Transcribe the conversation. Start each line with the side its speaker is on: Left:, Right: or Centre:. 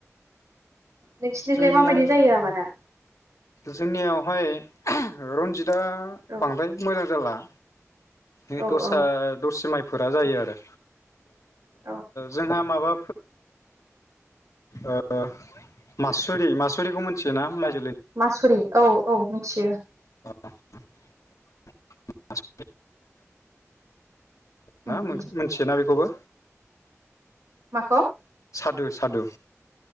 Right: नोंसिनिथिंलाय
Left: जोंनिया
Right: माबायदि जायो आबादा?
Left: जोंनियावहाय रनजित। दा
Right: औ
Left: बांद्राय मोजां जाला। बै
Right: औ
Left: दस्रा
Right: औ
Left: दस्रि माइ। फोरा जायो आरो।
Right: औ
Left: जोंहा माबा। ओ मासुरि मासुरिखौ मोनथियोना माइ जोलै।
Right: मासुरि औ औ मिथियो।
Left: <unintelligible> <unintelligible> ना
Right: उम
Left: मोनथियोना
Right: उम
Left: बेखौबो।
Right: माखौ।
Left: सादु सादु।